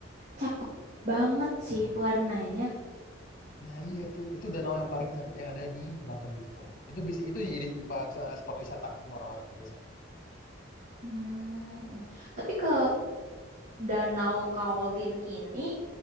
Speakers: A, on the right (about 40°); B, on the left (about 45°).
A: cakep banget sih warnanya.
B: Nah iya itu itu danau yang paling cakep yang ada di Bangka Belitung. Itu bisa itu jadi tempat eh, spot wisata sama orang-orang biasanya.
A: Hmm, tapi ke Danau Kaolin ini